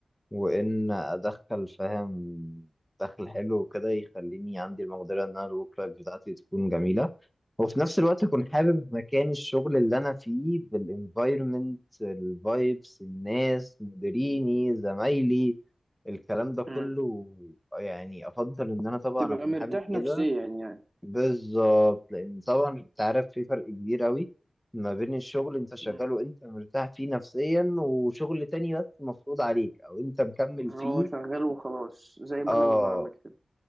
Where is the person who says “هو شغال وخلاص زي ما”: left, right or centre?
Right